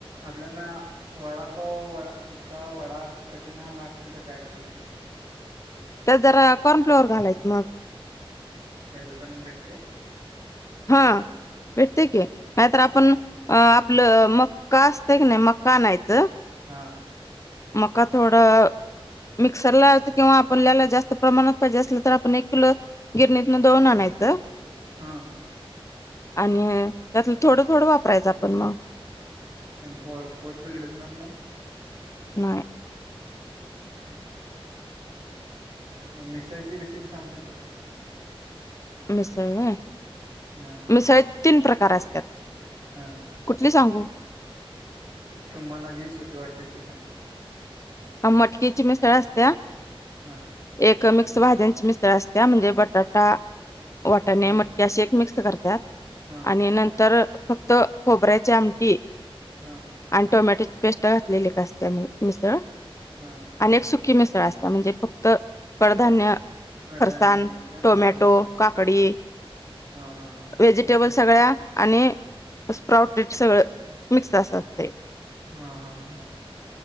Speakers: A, on the right; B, on the left.
A: आपल्याना वडापाव वडाचा वडा कठीण हवा असेल तर काय करायचं?
B: तर जरा कॉर्न फ्लॉवर घालायचं मगं.
A: त्या दुकानात भेटतय?
B: हा भेटते की. नाहीतर आपण आपलं मक्का असतं की नाही? मक्का आणायचं
A: हा.
B: मक्का‌ थोडा मिक्सर ला किंवा आपण आपलला जास्त प्रमाणात पाहिजे असल तर, आपण एक किलो गिरणी न दळून आणायचं.
A: हा
B: आणि त्यातलं थोडं थोडं वापरायचं आपण मगं.
A: तिन प पोट बिघडणार नाही?
B: नाही.
A: ठीक आहे. मगं मिसळचे रेसिपी सांगू शकता का?
B: मिसळ होय.
A: हा
B: मिसळ तीन प्रकार असतात.
A: हा
B: कुठली सांगू
A: तुम्हाला, जी सोपी वाटते. ते सांगा?
B: मटकीची मिसळ असत्या.
A: हा.
B: एक मिक्स भाज्यांची मिसळ असत्या म्हणजे बटाटा, वाटाणे,
A: हा
B: मटके असे एक मिक्स करतात.
A: हा
B: आणि नंतर फक्त खोबऱ्याचे आमटी
A: हा
B: आणि टोमॅटो पेस्टा घातलेली असत्या मगं मिसळ.
A: हा.
B: आणि एक सुकी मिसळ असत्या. म्हणजे फक्त कडधान्य
A: कडधान्य
B: फरसान,
A: मिक्स का
B: टोमॅटो,
A: फरसाण तेन
B: काकडी
A: हा हा हा
B: व्हेजिटेबल
A: हा असे असत
B: सगळ्यां आणि स्प्राउट सगळं मिक्स असत ते.
A: हा हा हा हा.